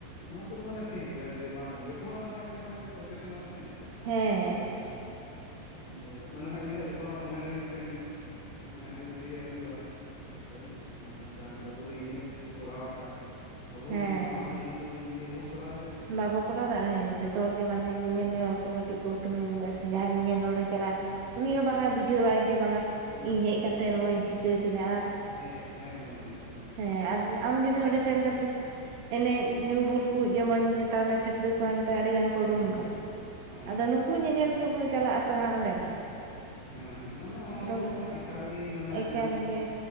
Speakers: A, on the left; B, on the right.
A: ᱚᱱᱟ ᱠᱚᱫᱚ ᱢᱟᱱᱮ ᱴᱷᱤᱠ ᱜᱮᱭᱟ ᱡᱮ ᱵᱟᱝ ᱡᱚᱛᱚ ᱦᱚᱲ ᱢᱮᱱᱟᱜ ᱠᱷᱟᱱ ᱠᱚ ᱥᱚᱪᱮᱛᱚ ᱱᱚᱜᱼᱟ ᱥᱮ
B: ᱦᱮᱸ
A: ᱡᱮ ᱵᱟᱝ ᱡᱮ ᱢᱟᱱᱮ ᱤᱱᱟᱹ ᱡᱚᱛᱚ ᱦᱚᱲᱟᱜ ᱢᱚᱱᱮ ᱨᱮ ᱢᱤᱫᱴᱮᱝ ᱢᱟᱱᱮ ᱤᱭᱟᱹ ᱦᱟᱡᱩᱜᱼᱟ ᱚᱹ ᱮ ᱢᱟᱱᱮ ᱡᱟᱸ ᱟᱵᱩ ᱞᱟᱹᱜᱤᱫ ᱤᱱᱟᱹᱜ ᱠᱤᱪᱷᱩ ᱠᱩ ᱠᱚᱨᱟᱣ ᱟᱠᱟᱟᱜᱼᱟ ᱟᱵᱚ ᱵᱩᱱ
B: ᱦᱮᱸ
A: ᱥᱟᱢᱟᱱᱱᱚ ᱱᱩᱝᱠᱩ ᱞᱟᱹᱜᱤᱫ ᱱᱤᱭᱟᱹ ᱵᱩᱱ ᱠᱚᱨᱟᱣ ᱫᱟᱲᱮᱭᱟᱜ-ᱟ
B: ᱵᱟᱵᱚ ᱠᱚᱨᱟᱣ ᱫᱟᱲᱮᱭᱟᱜ-ᱟ ᱡᱚᱛᱚ ᱦᱚᱲᱮ ᱠᱚᱨᱟᱣ ᱫᱟᱲᱮᱭᱟᱜ-ᱟ ᱦᱮ ᱡᱚᱛᱚ ᱦᱚᱲ ᱜᱮ ᱢᱟᱱᱮ ᱧᱮᱧᱮᱞᱤᱭᱟ ᱦᱚᱲ ᱠᱚ ᱠᱟᱹᱴᱤᱢ ᱠᱩ ᱩᱛᱱᱟᱹ ᱧᱚᱜᱚᱜ-ᱟ ᱥᱮ ᱡᱟᱦᱟᱭ ᱧᱮᱧᱮᱞ ᱦᱚᱲᱮ ᱪᱟᱞᱟᱜ-ᱟ
A: ᱦᱳᱭ
B: ᱩᱱᱤ ᱦᱚ
A: ᱦᱳᱭ
B: ᱵᱟᱝᱟᱭ ᱵᱩᱡᱷᱟᱹᱣ ᱡᱮ ᱵᱟᱝᱟ
A: ᱦᱮᱸ
B: ᱤᱧ ᱦᱮᱡ ᱠᱟᱛᱮ ᱱᱚᱣᱟᱧ ᱪᱤᱠᱟᱹ ᱠᱮᱫᱟ ᱟᱨ
A: ᱦᱮᱡ <unintelligible> ᱮᱠᱫᱚᱢ ᱮᱠᱫᱚᱢ
B: ᱦᱮᱸ ᱟᱨ ᱟᱢ ᱡᱩᱫᱤ ᱚᱸᱰᱮ ᱥᱮᱱ ᱠᱟᱛᱮ ᱮᱱᱮᱡ ᱧᱩ ᱵᱩᱞ ᱠᱩ ᱱᱮᱛᱟᱨ ᱢᱟ ᱪᱷᱟᱹᱯᱲᱤ ᱠᱚᱲᱟ ᱮᱱᱛᱮ ᱟᱹᱰᱤ ᱜᱟᱱ
A: ᱦᱮᱸ
B: ᱩᱰᱩᱝ
A: ᱦᱮᱸ
B: ᱠᱟᱱᱟ
A: ᱦᱳᱭ
B: ᱟᱫᱚ ᱱᱩᱠᱩ ᱧᱮᱧᱮᱞ
A: ᱟᱹᱰᱤ
B: ᱜᱮᱠᱩ ᱪᱟᱞᱟᱜ ᱟᱛᱚ ᱦᱟᱜ ᱚᱸᱰᱮ ᱢᱟ
A: ᱦᱮᱸ ᱦᱮᱸ ᱢᱟᱱᱮ ᱚᱱᱟ
B: ᱯᱚᱲᱟᱜ
A: ᱠᱚᱫᱚ
B: <unintelligible>
A: ᱢᱟᱱᱮ ᱮᱠᱟᱞ ᱜᱮ ᱢᱟᱱᱮ
B: ᱮᱠᱮᱱ
A: ᱮᱠᱫᱚᱢ
B: ᱜᱮ